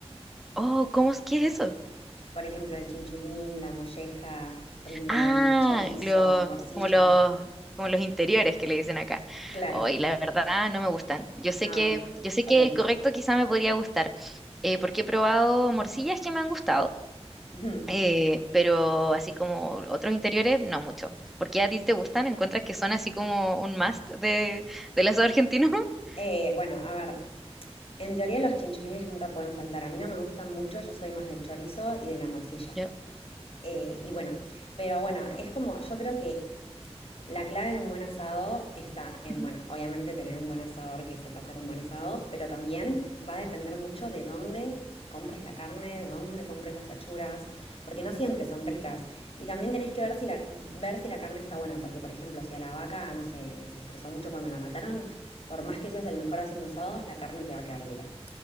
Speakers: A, in the centre; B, on the left.
A: Oh, ¿cómo es que es eso?
B: Por ejemplo, el chinchulín, la molleja, riñón,
A: Ah,
B: chorizo,
A: lo,
B: morcilla.
A: como los, como los interiores que le dicen acá.
B: Claro,
A: Oh, la verdad no me gustan. Yo sé
B: no,
A: que, yo sé
B: ok.
A: que el correcto quizá me podría gustar, eh, porque he probado morcillas que me han gustado
B: Ujú.
A: Eh, pero así como otros interiores, no mucho. Porque a ti te gustan? ¿Encuentras que son así como un must de, del asado argentino? <laughs>
B: Eh, bueno, a ver, en teoría los chinchulines nunca pueden faltar. A mí no me gustan mucho, yo soy más del chorizo y de la morcilla.
A: Yo-
B: Eh, y bueno, pero bueno, es como, yo creo que la clave de un buen asado está en,
A: Ujú.
B: bueno, obviamente tener un buen asador que sepa hacer un buen asado, pero también va a depender mucho de dónde compres la carne, de dónde compres las achuras, porque no siempre son ricas.
A: Mm.
B: Y también tenés que ver si la, ver si la carne está buena, porque por ejemplo, si a la vaca, no sé, se estresó mucho cuando la mataron, por más que seas el mejor haciendo asados, la carne te va a quedar dura.